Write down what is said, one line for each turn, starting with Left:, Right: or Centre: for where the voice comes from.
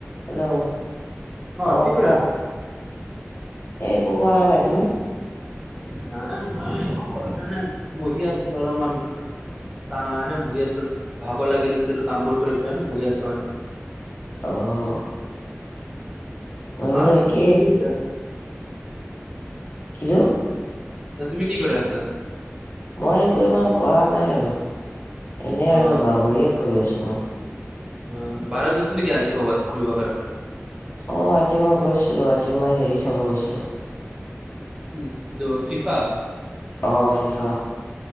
Left: হেল্ল' অ
Right: কি কৰি
Left: কোৱা
Right: আছ?
Left: এই একো কৰা নাই তুমি
Right: নাই মই একো কৰা নাই নাই বহিয়ে আছিলো অলমান কা এনে বহি আছিল ভাগৰ লাগি দিছিল কামবোৰ কৰি পেলাই ন বহি আছো মানে
Left: অহ ময়ো
Right: অ তুমি
Left: একে
Right: কি কৰি <unintelligible>
Left: কিন্তু
Right: তুমি কি কৰি আছা
Left: মই একো ইমান কৰা নাই আৰু এনে
Right: অ
Left: আৰু বাগৰিয়ে ফুৰি আছো কোৱা
Right: অ বাৰত আছিল নেকি আজি ক'বাত <unintelligible>
Left: অঁ আজি মই গৈছিলোঁ আজি মই হেৰি চাব গৈছিলোঁ
Right: উম ইটো ফিফা
Left: অ ফিফা